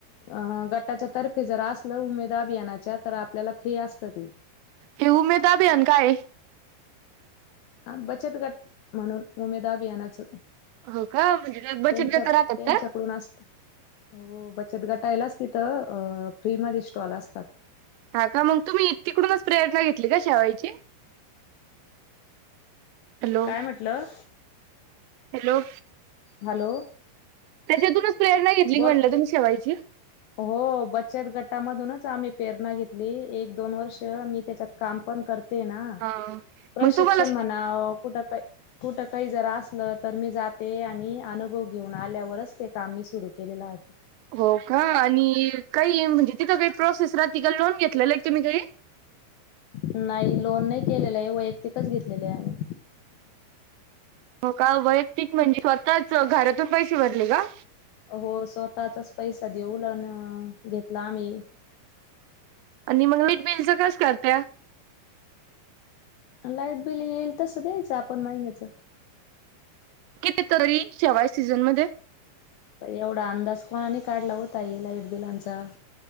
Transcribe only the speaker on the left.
अ गटाच्या तर्फे जर असलं उमेद अभियानाच्या, तर आपल्याला फ्री असतं ती!
हा बचत गट म्हणून, उमेदा अभियानाचं.
त्यांच्या
त्यांच्याकडून
असतं. हो बचत गटायलाच तिथं, अ फ्री मधे स्टॉल असतात.
काय म्हटलं?
हॅलो!
बोल
हो बचत गटामधूनच, आम्ही प्रेरणा घेतली. एक, दोन वर्ष मी त्याच्यात काम पण कर ते ना.
प्रशिक्षण
म्हणाव कुठं काही कुठं काही जर असलं, तर मी जाते. आणि अनुभव घेऊन आल्यावरच, ते काम मी सुरू केलेलं आहे.
नाही, लोन नाही केलेला आहे. वैयक्तिकच घेतलेलं आहे आम्ही.
हो स्वतचाच पैसा देऊन अन घेतला आम्ही!
लाईट बिल येईल तसं द्यायचं, आपण महिन्याचं?
पन एवढा अंदाज कोणाने काढला होता ओ ताई लाईट बिलांचा!